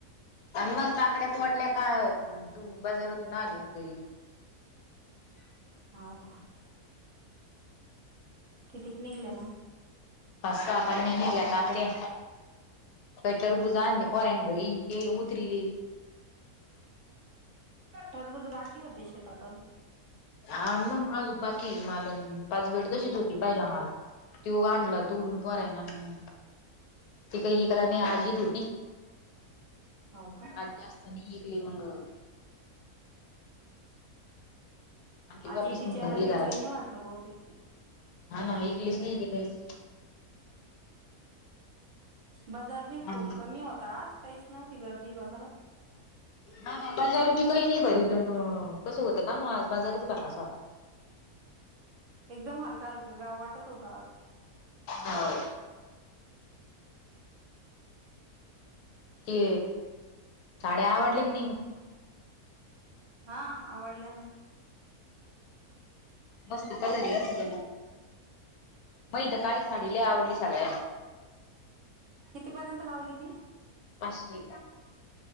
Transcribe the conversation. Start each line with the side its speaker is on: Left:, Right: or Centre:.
Left: आणि मग काकड्या तोडल्या का बाजारात तून आल्यावर घरी
Right: हाव का कितीक निघल्या मग?
Left: पाच सा पण नाही निघल्या काकड्या काही टरबुजे आणले पोरांनी घरी ते उतरीले
Right: टरबूज बाकी होते शेतात अजू
Left: अ मग अजून बाकी माल पाच पेड तशीच होती पहिला माल त्यो आणला तोडून पोरांनी आणि ते काय इकला नाही ऍज ईद होती
Right: हो का
Left: ऍज जास्त चनी ऐकली मंग आणली
Right: आजही
Left: वापिस
Right: तिच्यानं
Left: मग भरली घरात
Right: इकली नाही वाटते बहुतेक ते
Left: हा ना ईकलेच नाही ते काहीचं
Right: बाजार बी
Left: आणि
Right: खूप कमी होता आज काहीच नव्हती गर्दी बाजारात
Left: हा ना बाजार बी काही नाही भऱीलं मं कसं होतं का ना आज बाजारचं भकास होता
Right: एकदम हलका हलका गाव वाटत होता आज
Left: हो ते साड्या आवडल्या क नाही म?
Right: हा आवडल्या ना
Left: मस्त कलर हे आ सगळ्याचा मही तर काळी साडी लई आवडली सगळ्यांत
Right: कितीपर्यंत लावली ती?
Left: पाचशे